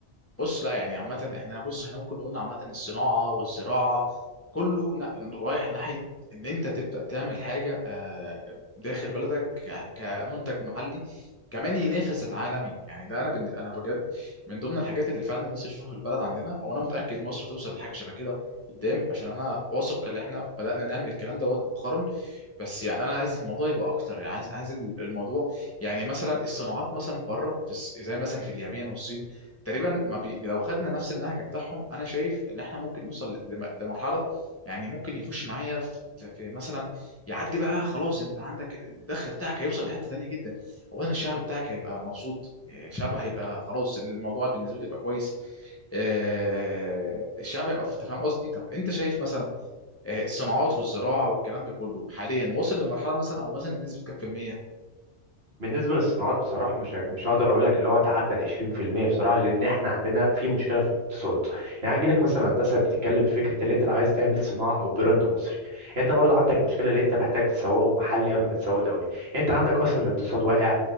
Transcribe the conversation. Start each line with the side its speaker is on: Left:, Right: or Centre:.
Left: بص لا يعني عامة احنا بص احنا ممكن نقول عامة الصناعة والزراعة كله ن- رايح ناحية ان انت تبدأ تعمل حاجة آه، داخل بلدك ك- كمنتج محلي كمان ينافس العالمي يعني ده انا بن- انا بجد من ضمن الحاجات اللي فعلا لسه اشوفها في البلد عندنا وانا متأكد مصر هتوصل لحاجة شبه كده قدام عشان انا واثق ان احنا بدأنا نعمل الكلام دوت مؤخرا بس يعني انا عايز الموضوع يبقى اكتر يعني عايز عايز الموضوع يعني مثلا الصناعات مثلا بره في الس- زي مثلا في اليابان والصين تقريبا ما بي... لو خدنا نفس النهج بتاعهم انا شايف ان احنا ممكن نوصل لم- لمرحله يعني ممكن يخش معايا في, في في مثلا يعدي بقى خلاص انت عندك الدخل بتاعك هيوصل لحته تانيه جدا اولا الشعب بتاعك هيبقى مبسوط الشعب هيبقى خلاص الموضوع بالنسبه له يبقى كويس آه، الشعب هيبقى- أنت فاهم قصدي طب انت شايف مثلا آه، الصناعات والزراعه والكلام ده كله حاليا وصل لمرحله مثلا او مثلا بنسبه كام في الميه
Right: بالنسبة للصناعات بصراحة مش هك- مش هقدر أقول لك اللي هو تعدى ال 20% بصراحة لأن إحنا عندنا في مشكلة في الاقتصاد، يعني هاجي لك مثلا هندسة بتتكلم في فكرة اللي أنت لو عايز تعمل صناعة أو براند مصري، أنت برضو عندك مشكلة اللي أنت محتاج تسوقه محلي قبل ما تسوقه دولي، أنت عندك أصلا الاقتصاد واقع